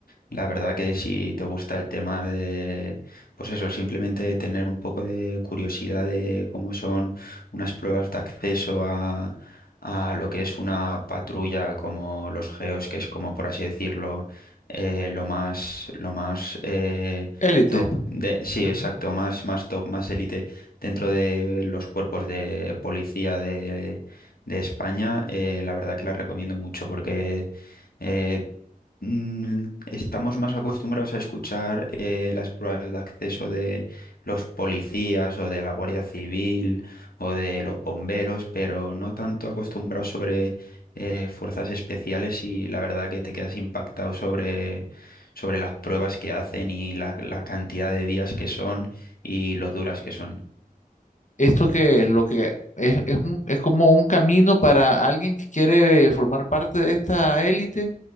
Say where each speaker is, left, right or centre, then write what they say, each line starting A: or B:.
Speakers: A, on the left; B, on the left.
A: La verdad que si te gusta el tema de, pues eso, simplemente tener un poco de curiosidad de cómo son unas pruebas de acceso a, a lo que es una patrulla como los GEOS, que es como por así decirlo, eh, lo más, lo más eh,
B: Élite.
A: top de, sí,
B: Ujú.
A: exacto, más, más top, más élite dentro de los cuerpos de policía de, de España, eh, la verdad que la recomiendo mucho porque eh, mm, estamos más acostumbrados a escuchar eh, las pruebas de acceso de los policías o de la Guardia Civil o de los bomberos, pero no tanto acostumbrados sobre eh, fuerzas especiales y la verdad que te quedas impactado sobre, sobre las pruebas que hacen y la, la cantidad de días que son y lo duras que son.
B: Esto que es lo que es, es un- es como un camino para alguien que quiere formar parte de esta élite